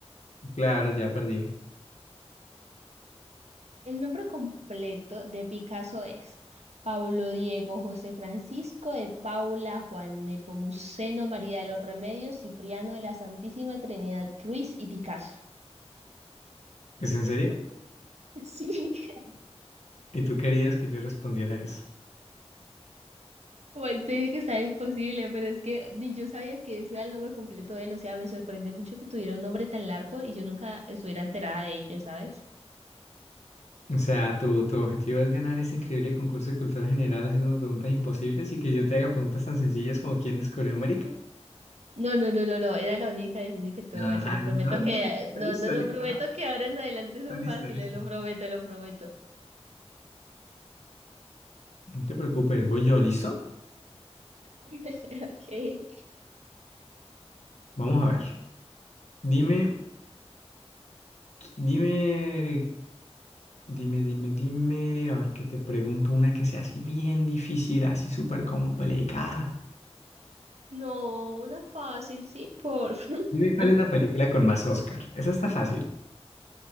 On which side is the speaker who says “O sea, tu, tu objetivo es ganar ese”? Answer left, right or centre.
Left